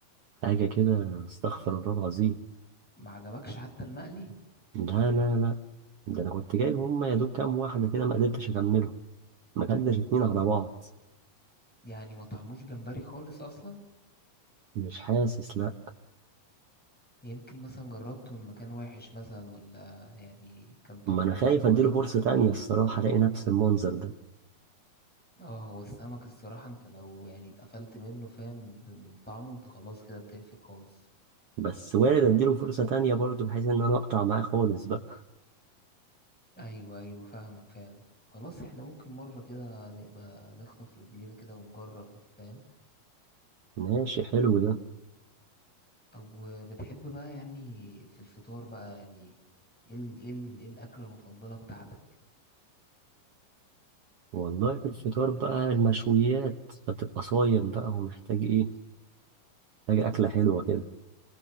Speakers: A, on the right (about 75°); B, in the centre.
A: حاجة كده استغفر الله العظيم
B: ما عجبكش حتى المقلي
A: لا لا لا ده أنا كنت جايب هما يا دوب كام واحدة كده ما قدرتش أكملهم ما كلناش اتنين على بعض
B: يعني ما طعموش جمبري خالص اصلا
A: مش حاسس لا
B: يمكن مثلا جربته من مكان وحش مثلا ولا يعني كان طبخه
A: ما انا خايف
B: مش كويس
A: اديله فرصة تانية الصراحة الاقي نفس المنظر ده
B: اه هو السمك الصراحة انت لو يعني اتقفلت منه فاهم من طعمه انت خلاص كده بتقفل خالص
A: بس وارد اديله فرصة تانية برضه بحيث ان انا اقطع معاه خالص بقى
B: ايوه ايوه فاهمك فعلا خلاص احنا ممكن مرة كده نبقى نخطف رجلينا كده ونجرب فاهم
A: ماشي حلو ده
B: طب وبتحب بقى يعني في الفطار بقى يعني ايه ال- ايه ال- ايه الاكلة المفضلة بتاعتك
A: والله في الفطار بقى المشويات فتبقى صايم بقى ومحتاج ايه محتاج اكلة حلوة كده